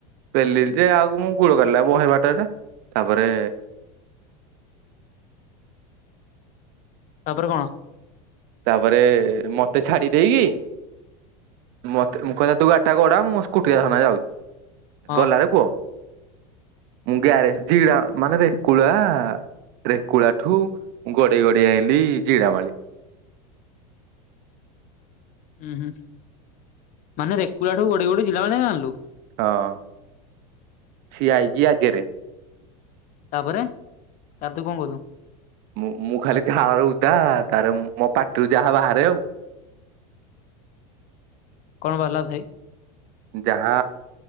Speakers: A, on the right; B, on the left.
A: ପେଲିଲି ଯେ ଆଗୁ କୁ ମୋ ଗୋଡ କାଟିଲା ବହେ ବାଟ ହେଟା ତାପରେ।
B: ତାପରେ କଣ।
A: ତାପରେ ମତେ ଛାଡି ଦେଇକି। ମତେ ମୁଁ କଇଲା ତୁ ଗାଡି ଟା ଗୁଡା ମୁଁ ସ୍କୁଟି ଟା ସମାଳି ଯାଉଛି।
B: ହଁ
A: ଗଲାାରେ ପୁଅ ମୁଁ ଗ୍ୟାରେଜ ଜିଡା ମାନେ ରେକୁଳା। ରେକୁଳା ଠୁ ମୁଁ ଗଡେଇ ଗଡେଇ ଆଇଲିି ଜିଡାମାଳି।
B: ଉୁଁ ହୁଁ ମାନେ ରେକୁଳା ଠୁ ଗଡେଇ ଗଡେଇ ଜିଡାମାଳି ଯାକେ ଆଣିଲୁ।
A: ହଁ ସିଏ ଆଇକି ଆଗେରେ।
B: ତାପରେ ତାରେ ତୁ କଣ କଲୁ।
A: ମୁଁ ମୁଁ ଖାଲି ଝାଳରେ ଉଦା ତାରେ ମୋ ପାଟିରୁ ଯାହା ବାହାରେ ଆଉ।
B: କଣ ବାହାରିଲା ଥାଇ।
A: ଯାହା